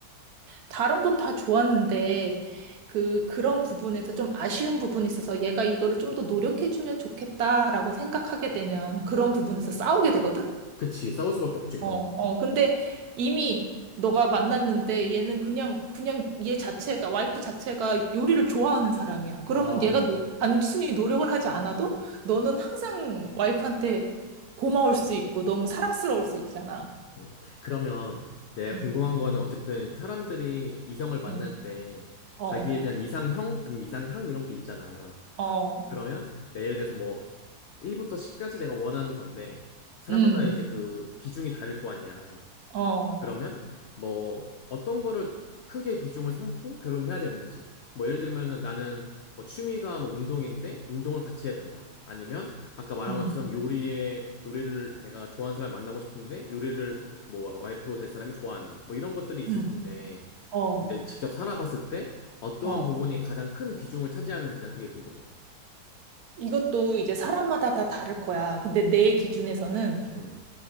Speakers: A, on the right; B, on the left.
A: 다른 건 다 좋았는데, 그, 그런 부분에서 좀 아쉬운 부분이 있어서 얘가 이거를 좀 더 노력해주면 좋겠다라고 생각하게 되면 그런 부분에서 싸우게 되거든?
B: 그치. 싸울 수밖에 없지, 그런
A: 어,
B: 거.
A: 어. 근데 이미 너가 만났는데 얘는 그냥, 그냥 얘 자체가, 와이프 자체가 요리를 좋아하는 사람이야. 그러면
B: 아,
A: 얘가 노- 단순히 노력을 하지 않아도 너는 항상 와이프한테 고마울 수 있고 너무 사랑스러울 수 있잖아.
B: 음. 그러면 내가
A: 응,
B: 궁금한 거는 어쨌든 사람들이 이성을 만날
A: 응,
B: 때
A: 어,
B: 자기에 대한 이상형? 아니면 이상향? 이런 게 있잖아.
A: 어,
B: 그러면 내 예를 들어서 뭐 1부터 10까지 내가 원하는 건데, 사람마다
A: 음,
B: 이제 그 비중이 다를 거 아니야.
A: 어,
B: 그러면 뭐 어떤 거를 크게 비중을 삼고 결혼을 해야 되는지 뭐 예를 들면은 나는 뭐 취미가 뭐 운동인데 운동을 같이 해야 된다 아니면 아까 말한
A: 음,
B: 것처럼 요리에 요리를 내가 좋아하는 사람 만나고 싶은데 요리를 뭐 와이프 될 사람이 좋아한다 뭐 이런 것들이 있을
A: 음,
B: 텐데
A: 어,
B: 이제 직접 살아봤을 때 어떠한
A: 어.
B: 부분이 가장 큰 비중을 차지하는지 난 그게 궁금해.
A: 이것도 이제 사람마다 다 다를 거야. 근데 내 기준에서는,
B: 음.